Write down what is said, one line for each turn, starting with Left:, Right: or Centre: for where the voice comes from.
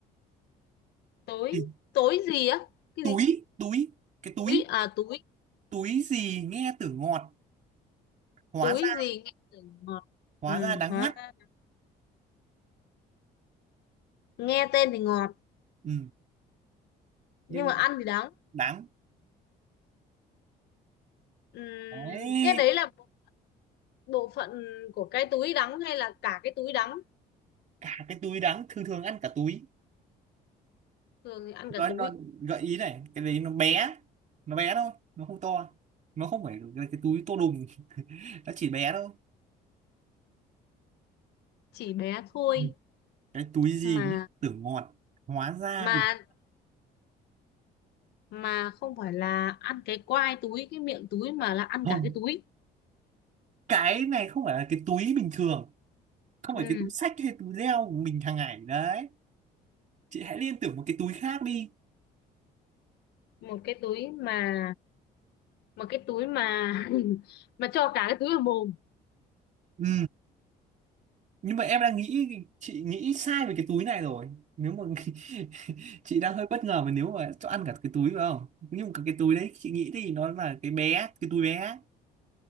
Left: túi
Right: thì
Left: túi gì á cái
Right: túi
Left: gì
Right: túi cái túi
Left: túi à túi
Right: túi gì nghe từ ngọt hóa
Left: túi
Right: ra
Left: gì nghe tưởng ngọt
Right: hóa
Left: ừ
Right: ra đắng
Left: hóa
Right: ngắt
Left: ra nghe tên thì ngọt
Right: ừ. nhưng
Left: nhưng mà ăn thì đắng
Right: đắng
Left: ừ,
Right: đấy
Left: cái đấy là bộ, bộ phận của cái túi đắng hay là cả cái túi đắng
Right: cả cái túi đắng thường thường ăn cả túi
Left: thường thì ăn cả
Right: nó nó
Left: túi
Right: gợi ý này cái đấy nó bé nó bé thôi nó không to nó không phải là cái túi to đùng <laughs> nó chỉ bé thôi
Left: chỉ bé thôi
Right: Ừ. cái túi gì
Left: mà
Right: nhỉ? tưởng ngọt hóa ra
Left: mà mà không phải là ăn cái quai túi cái miệng túi mà là ăn
Right: không
Left: cả cái túi
Right: cái này không phải là cái túi bình thường không
Left: ừ.
Right: phải cái túi xách hay túi leo của mình hàng ngày đấy chị hãy liên tưởng một cái túi khác đi
Left: một cái túi mà một cái túi mà <laughs> mà cho cả cái túi vào mồm
Right: ừ nhưng mà em đang nghĩ chị nghĩ sai về cái túi này rồi nếu mà <laughs> chị đang hơi bất ngờ mà nếu mà cho ăn cả cái túi phải không nhưng mà cái túi đấy chị nghĩ thì nó là cái bé cái túi bé